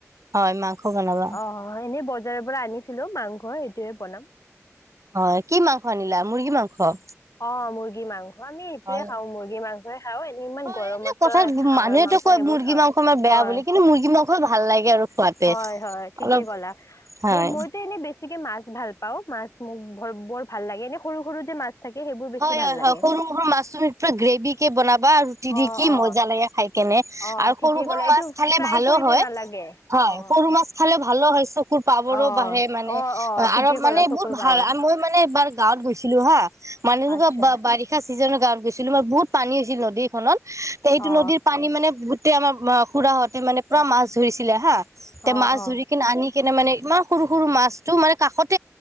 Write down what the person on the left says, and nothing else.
অঁ অঁ, এনেই বজাৰৰ পৰা আনিছিলো মাংসৰ এইটোয়ে বনাম।
অঁ, মুৰ্গী মাংস আমি এইটোয়ে
খাওঁ মুৰ্গী মাং স খাওঁ এনেই ইমান
গৰম
তই হাঁহৰ
মাংস
সেইবোৰ
খাও,
হয়।
হয় হয় ঠিকে
কলা,
মোৰ মইতো এনে বে ছিকে মাছ ভাল পাওঁ মাছ মোৰ বৰ ভাল লাগে, এনে সৰু সৰু যে মাছ থাকে সেইবোৰ বেছি
ভাল
লাগে
অ
অ
অ
ঠিকেই
ক'লা
এইটো
ফ্ৰাই
কৰিব
নালাগে
অ
অ
অ
অ ঠিকেই
ক'লা
চকুৰ
পাৱাৰ
আচ্ছা
অ
অ
অ